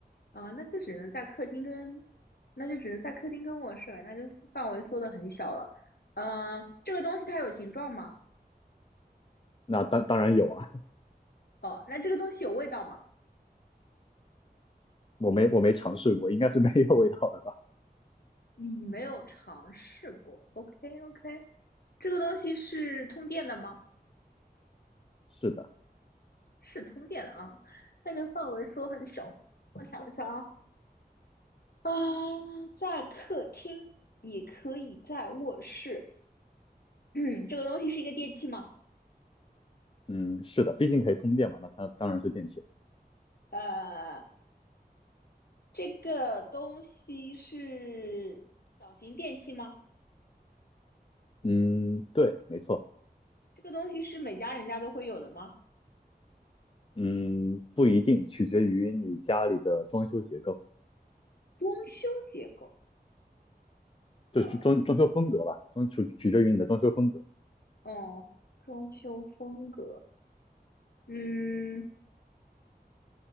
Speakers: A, on the left; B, on the left.
A: 啊，那就只能在客厅跟，那就只能在客厅跟卧室了，那就范围缩得很小了。嗯、这个东西它有形状吗？
B: 那当当然有啊，
A: 哦，那这个东西有味道吗？
B: 我没我没尝试过，应该是没有味道的吧？
A: 你没有尝试过。OK OK，这个东西是通电的吗？
B: 是的，
A: 是通电的啊，那就范围缩很小。我想一想啊，啊，在客厅也可以在卧室。<clears throat> 嗯，这个东西是一个电器吗？
B: 嗯，是的，毕竟可以通电嘛，那它当然是电器。
A: 呃，这个东西是小型电器吗？
B: 嗯，对，没错，
A: 这个东西是每家人家都会有的吗？
B: 嗯，不一定，取决于你家里的装修结构，
A: 装修结构，嗯
B: 就是装装修风格吧，装取取决于你的装修风格。
A: 哦，装修风格，嗯，